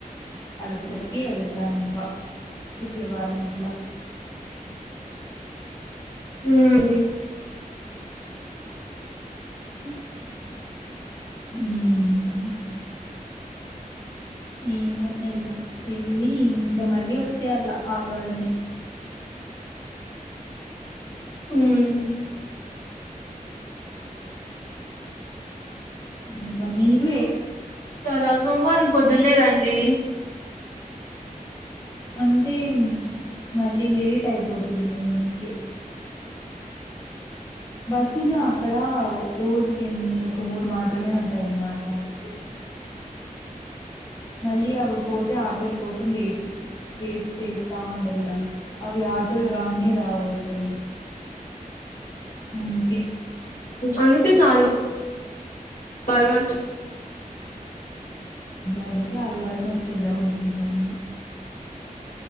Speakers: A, on the left (about 25°); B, on the left (about 75°).
A: అళకి చెప్పి ఎల్తా గా శుక్రవారం అట్లా
B: హ్మ్మ్
A: హ్మ్మ్ ఏమో వెళ వెళ్ళి ఇంకా మళ్ళీ వచ్చేయలా ఆదివారమే
B: హ్మ్మ్
A: ఇంకా మీరు
B: చూస్తారా సోమవారం పొద్దున్నే రండి
A: అంటే మళ్ళీ లేట్ అయిపోతుంది అందుకే బస్సులు అక్కడ రోజుకి ఎన్ని ఒక మూడు మాత్రమే ఉంటాయి అన్నమాట
B: అ
A: మళ్ళీ అవి పోతే ఆటల కోసం వెయిట్ చేస్తా ఉండలా అవి ఆటోలు‌ రానే రావు అసలు అందుకే
B: అందుకే ఆద్ బార్ వాచే
A: అందుకే ఆదివారమే వచ్చేద్దాం అనుకుంటాను